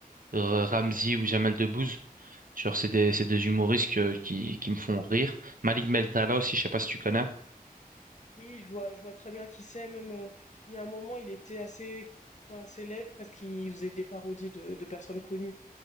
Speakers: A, on the right (about 60°); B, on the left (about 50°).
A: euh, Ramzy ou Jamel Debbouze. Genre, c'est des, c'est des humoristes que- qui, qui me font rire. Malik Bentala aussi, je sais pas si tu connais.
B: Oui, je vois, je vois très bien qui c'est. Même euh, il y a un moment, il était assez, enfin, célèbre parce qu'il faisait des parodies de, de personnes connues.